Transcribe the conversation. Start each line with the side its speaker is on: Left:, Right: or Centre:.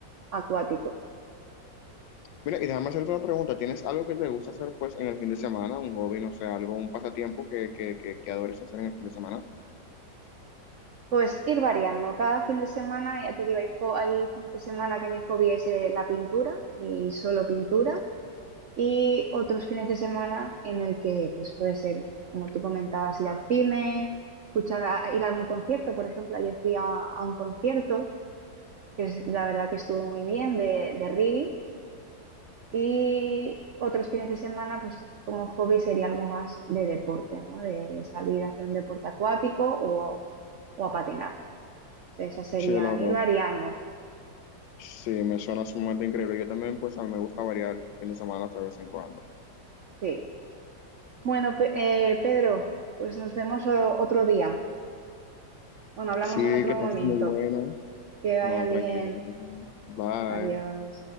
Right: acuático.
Left: Mira, y déjame hacerte una pregunta. ¿Tienes algo que te gusta hacer pues en el fin de semana? Un hobby, no sé, algo, un pasatiempo que, que, que, que adores hacer en el fin de semana.
Right: Pues ir variando. Cada fin de semana, ya te digo, hay, jo- hay fines de semana que mi hobby es eh, la pintura y solo pintura. y otros fines de semana en el que pues puede ser, como tú comentabas, ir al cine, escuchar a- ir a algún concierto, por ejemplo, ayer fui a, a un concierto que es, la verdad que estuvo muy bien de, de reggae y otros fines de semana pues como hobby sería algo más de deporte, ¿no? De salir a hacer un deporte acuático o, o a patinar. O sea, esas serían
Left: Sí, la verdad.
Right: ir variando,
Left: Sí, me suena sumamente increíble. Yo también pues a mí me gusta variar fin de semana de vez en cuando.
Right: sí. Bueno, Pe- eh, Pedro, pues nos vemos o- otro día. Bueno, hablamos
Left: Sí,
Right: en otro
Left: que pases
Right: momento.
Left: muy bueno.
Right: Que vaya
Left: No,
Right: bien.
Left: tranquilo, que pases bien. Bye.
Right: Adiós.